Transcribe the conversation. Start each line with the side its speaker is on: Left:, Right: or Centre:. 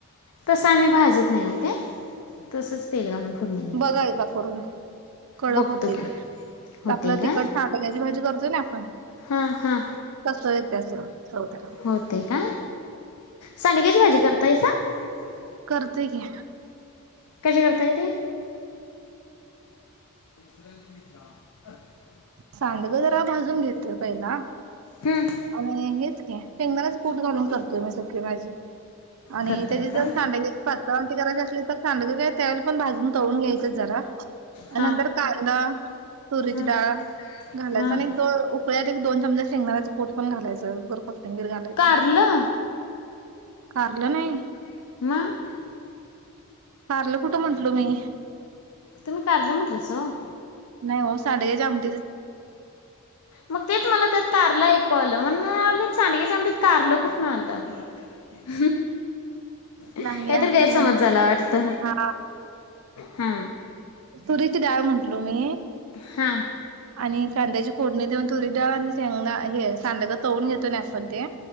Left: तस आम्ही भाजतऽ नाही होते,, तसंच तेल घालून. फोडणी देत
Right: बघा
Left: आहे
Right: एकदा करून, कडक
Left: बघतो
Right: होतय
Left: की
Right: ते,,,
Left: होते
Right: आपलं
Left: का
Right: तिखट सांडण्याची भाजी करतोय नाई आपण..
Left: हा हा,,
Right: तसं येते असं चव त्याला.
Left: होतय काय,, सांडग्याची भाजी करतायऽऽ ताईसाऽऽऽ
Right: करतोय की.
Left: कशी करताय ते. <inaudible>
Right: सांडगं जरा भाजून घेतोय पहिला.
Left: हं.
Right: आणि हेच शेंगदाणाचे पूट घालून करतोय मी सगळी माझी आणि
Left: करताय
Right: त्याची जर
Left: का
Right: सांडग्याची पात्रळ आती करायची असली तर सांडग का तेल पण भाजून आणि हेच की, शेंगदाण्याच कूट घालून करतोय मी सूक्की भाजी,, आणी तची जर सांडग्याची पातळ आमटी करायची असली तर त्या वेळेला पन सांडग भाजून तळून घ्यायचच जरा
Left: हा
Right: नंतर कांदा तुरीची
Left: हा
Right: डाळ घालायच
Left: हा
Right: आणि एक दो उकळ्यात एक दोन चमचा शेंगदाणाचे कूठ पण घालायचं, कोथंबीर घालायची.
Left: कारलं
Right: कारलं नाहीऽऽ
Left: नाऽऽ
Right: कारलं कुठं म्हंटलो मीऽऽ
Left: तुम्ही कारलं म्हटलंसा ओऽऽ
Right: नाही हो सांडग्याची आमऽऽ
Left: मग तेच मला त्यात कारला ऐकू आलं म्हणून सांडग्याच्या आमटीत कारलं कुठंन आलं <inaudible> काही
Right: नाही असं
Left: तरी गैरसमज
Right: काय.
Left: झाला वाटत
Right: हा
Left: हा
Right: तुरीची डाळ म्हटलो मी
Left: हा
Right: आणि कांद्याची फोडणी देऊन तुरीची डाळ आणि हे सांडग तळून घेतो कीनाय आपण ते